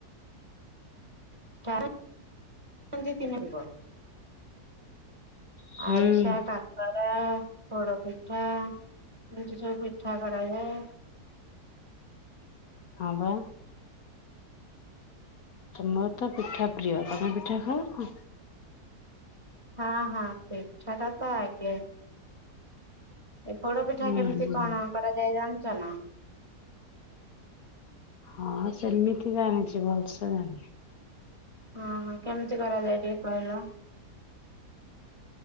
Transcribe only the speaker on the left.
ହୁଁ।
ହଁ ବା। ତମର ତ ପିଠା ପ୍ରିୟ ତମେ ପିଠା ଖାଅ ନା?
ହୁଁ
ହଁ ସେମିତି ଜାଣିଛି ଭଲସେ ଜାଣିିନି।